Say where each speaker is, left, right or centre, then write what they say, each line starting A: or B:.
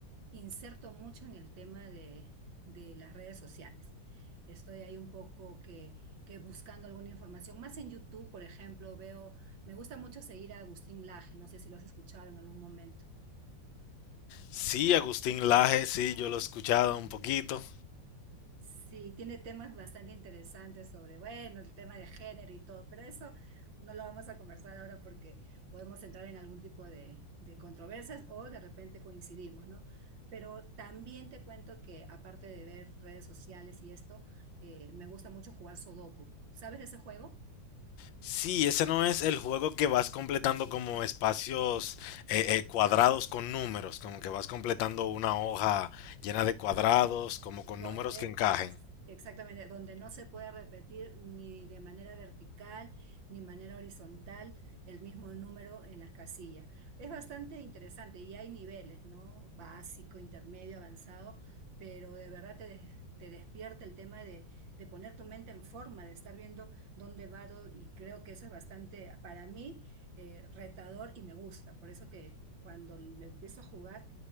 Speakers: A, on the right; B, on the left.
A: inserto mucho en el tema de, de las redes sociales. Estoy ahí un poco que, que buscando alguna información, más en YouTube, por ejemplo, veo me gusta mucho seguir a Agustín Laje, no sé si lo has escuchado en algún momento.
B: Sí, Agustín Laje, sí, yo lo he escuchado un poquito.
A: Sí, tiene temas bastante interesantes sobre, bueno, el tema de género y todo, pero eso no lo vamos a conversar ahora porque podemos entrar en algún tipo de, de controversias o de repente coincidimos, ¿no? Pero también te cuento que aparte de ver redes sociales y esto, eh, me gusta mucho jugar Sudoku. ¿Sabes de ese juego?
B: Sí, ese no es el juego que vas completando como espacios eh, eh, cuadrados con números, como que vas completando una hoja llena de cuadrados, como con
A: Donde,
B: números que encajen.
A: ex- exactamente, donde no se puede repetir ni de manera vertical ni manera horizontal el mismo número en las casillas. Es bastante interesante y hay niveles, ¿no? Básico, intermedio, avanzado, pero de verdad te, des- te despierta el tema de, de poner tu mente en forma, de estar viendo dónde va do- y creo que eso es bastante, para mí, eh, retador y me gusta. Por eso que cuando lo empiezo a jugar